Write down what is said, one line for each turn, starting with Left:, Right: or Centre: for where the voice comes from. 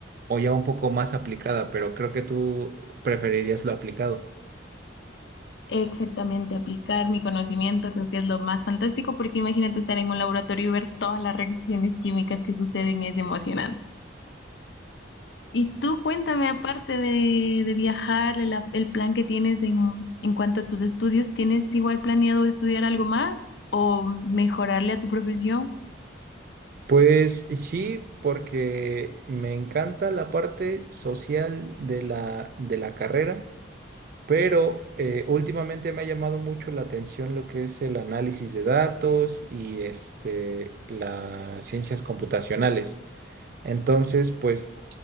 Right: o ya un poco más aplicada, pero creo que tú preferirías lo aplicado.
Left: Exactamente, aplicar mi conocimiento creo que es lo más fantástico porque imagínate estar en un laboratorio y ver todas las reacciones químicas que suceden, es emocionante. Y tú cuéntame, aparte de, de viajar, el, el plan que tienes en, en cuanto a tus estudios, ¿tienes igual planeado estudiar algo más o mejorarle a tu profesión?
Right: Pues sí, porque me encanta la parte social de la, de la carrera, pero eh, últimamente me ha llamado mucho la atención lo que es el análisis de datos y este, las ciencias computacionales. Entonces, pues